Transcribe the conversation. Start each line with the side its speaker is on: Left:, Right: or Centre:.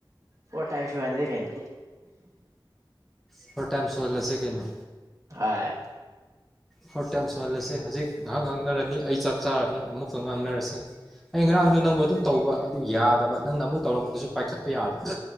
Right: ꯐꯣꯔ ꯇꯥꯏꯝꯁ ꯁꯨꯍꯟꯖꯦ ꯀꯩꯅꯣ꯫
Centre: ꯐꯣꯔ ꯇꯥꯏꯝꯁ ꯁꯨꯍꯂꯁꯦ ꯀꯩꯅꯣ꯫
Right: ꯍꯥꯏ
Centre: ꯐꯣꯔ ꯇꯥꯏꯃꯁ ꯁꯨꯍꯜꯂꯁꯦ ꯍꯧꯖꯤꯛ ꯉꯥꯍꯥꯛ ꯉꯥꯡꯅꯔꯅꯤ ꯑꯩ ꯆꯥꯛ ꯆꯥꯔꯅꯤ ꯑꯃꯨꯛꯀ ꯉꯥꯡꯅꯔꯁꯦ ꯑꯩ ꯉꯔꯥꯡꯁꯨ ꯅꯪꯕꯨ ꯑꯗꯨꯝ ꯇꯧꯕ ꯑꯗꯨ ꯌꯥꯗꯕ ꯅꯪꯅ ꯑꯃꯨꯛ ꯇꯧꯔꯛꯄꯗꯨꯁꯨ ꯄꯥꯏꯈꯠꯄ ꯌꯥꯗꯕ